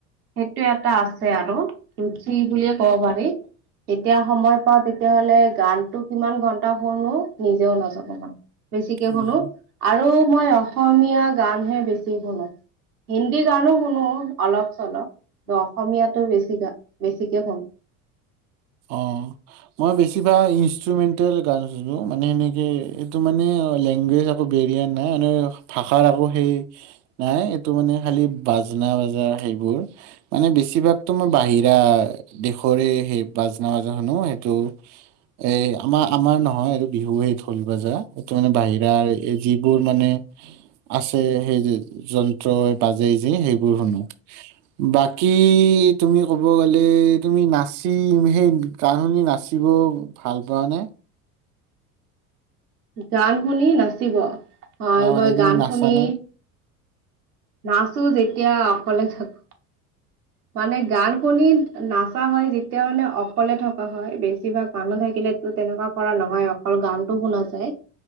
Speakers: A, on the right; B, on the right.
A: সেইটো এটা আছে আৰু ৰুচি বুলিয়ে কব পাৰি যেতিয়া সময় পাও তেতিয়াহলে গানটো কিমান ঘন্টা শুনো নিজেও নাজানো মানে বেছিকে
B: উম
A: শুনো আৰু মই অসমীয়া গানহে বেছি শুনো হিন্দী গানো শুনো অলপ চলপ অসমীয়াটো বেছি বেছিকে শুনো
B: অ মই বেছিভাগ ইনষ্ট্ৰুমেণ্টেল গান শুনো মানে সেনেকে এইটো মানে লেংগুৱেজ আ বেৰিয়া নাই আৰু ভাষাৰ আকৌ সেই নাই এইটো মানে খালি বাজনা বাজা সেইবোৰ মানে বেছিভাগতো মই বাহিৰা দেশৰে সেই বাজনা বাজা শুনো সেইটো এ আমাৰ আমাৰ নহয় এইটো বিহু সেই ঢোল বাজা এইটো মানে বাহিৰাৰ এই যিবোৰ মানে আছে সেই যন্ত্ৰই বাজে যে সেইবোৰ শুনো বাকী তুমি কব গলে তুমি নাচ সেই গান শুনি নাচিব ভাল পোৱা নে
A: গান শুনি নাচিব হয়
B: অ মানে
A: মই
B: তুমি
A: গান
B: নাচানে
A: শুনি নাচো যেতিয়া অকলে থাকো মানে গান শুনি নাচা হয় যেতিয়া মানে অকলে থকা হয় বেছিভাগ মানুহ থাকিলে তেনেকুৱা কৰা নহয় অকল গানটো শুনা যায়।